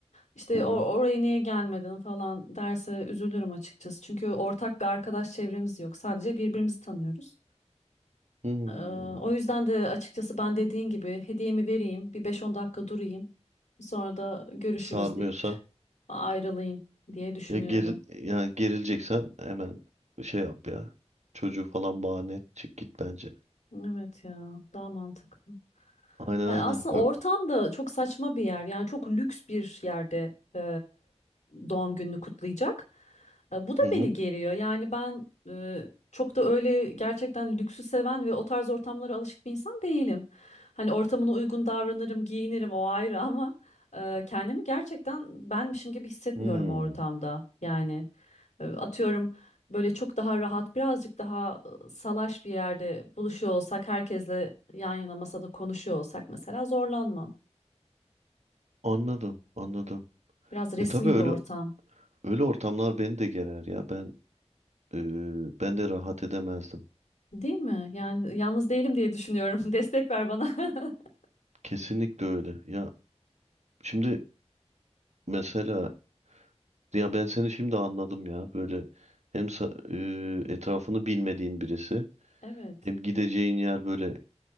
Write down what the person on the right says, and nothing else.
Hı hı.
Hmm.
Sarmıyorsa
ya geril yani gerileceksen hemen şey yap ya. Çocuğu falan bahane et çık git bence.
Aynen
aynen.
Ö-
hı hı.
Hmm.
Anladım, anladım.
E tabii öyle
öyle ortamlar beni de gerer ya. Ben e, ben de rahat edemezdim.
Kesinlikle öyle. Ya şimdi mesela Ya ben seni şimdi anladım ya. Böyle hem sa- e, etrafını bilmediğin birisi
hem gideceğin yer böyle